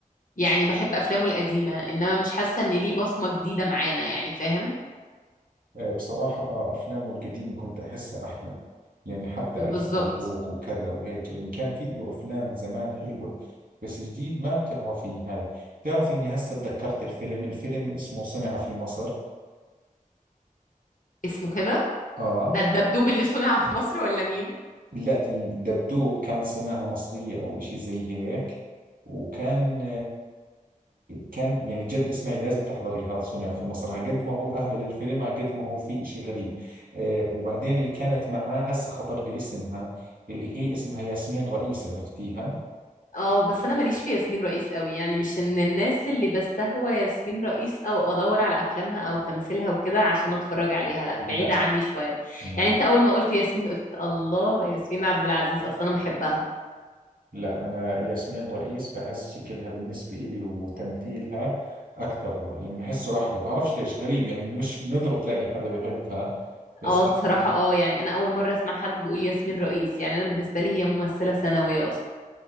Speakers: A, on the left; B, on the right.
A: يعني بحب افلامه القديمة انما مش حاسة ان ليه بصمة جديدة معانا يعني فاهم
B: آه بصراحة اه افلامه القديمة كنت احسها احلى يعني حتى
A: بالظبط
B: الف مبروك وكذا وهيك يعني كان في له افلام زمان حلوة بس جديد ما بتعرفي هاي بتعرفي اني هسه تذكرت الفيلم الفيلم اسمه صنع في مصر
A: اسمه كده
B: اه
A: ده الدبدوب اللي صنع في مصر ولا مين
B: لا الدبدوب كان صناعة مصرية أو إشي زي هيك وكان كان يعني جد اسمعي لازم تحضري هذا صنع في مصر على قد ما هو أهبل الفيلم على قد ما هو في إشي غريب آه، وبعدين اللي كانت معاه هسه خطر لي اسمها اللي هي اسمها ياسمين رئيس عرفتيها
A: اه بس انا ماليش في ياسمين رئيس قوي يعني مش ان الناس اللي بستهوى ياسمين رئيس او ادور على افلامها او تمثيلها وكده عشان اتفرج عليها لا
B: لا
A: بعيدة عني شوية
B: آه،
A: يعني انت اول ما قلت ياسمين قلت الله ياسمين عبد العزيز اصلا انا بحبها
B: لا أنا ياسمين رئيس بحس شكلها بالنسبة إلي وتمثيلها أكثر يعني بحسه أحلى بعرفش ليش غريب يعني مش ندرة تلاقي حدا بحبها بس
A: اه الصراحة
B: لا
A: اه يعني انا اول مرة اسمع حد بيقول ياسمين رئيس يعني انا بالنسبة لي هي ممثلة ثانوية اصلا